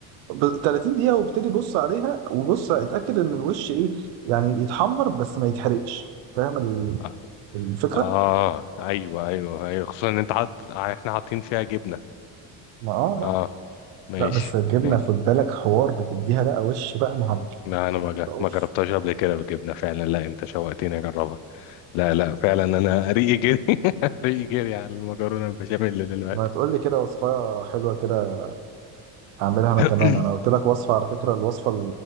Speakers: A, on the right; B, on the left.
A: ب- 30 دقيقه وابتدي بص عليها وبص اتاكد ان الوش ايه يعني يتحمر بس ما يتحرقش فاهم ال-
B: اه
A: الفكره
B: اه ايوه ايوه ايوه خصوصا ان انت حاطط احنا حاطين فيها جبنة
A: ما اه بقى
B: اه ماشي
A: لا بس الجبنه
B: ماشي
A: خد بالك حوار بتديها بقى وش بقى مع
B: لا انا ما جا-
A: اوف
B: ما جربتهاش قبل كده بالجبنة فعلا لا انت شوقتني اجربها لا لا فعلا انا ريقي جري <laughs> ريقي جري على المكرونة البشاميل دلوقتي
A: ما تقول لي كده وصفه حلوه كده هعملها انا
B: <clears throat>
A: كمان انا قلت
B: <coughs>
A: لك وصفه على فكره الوصفه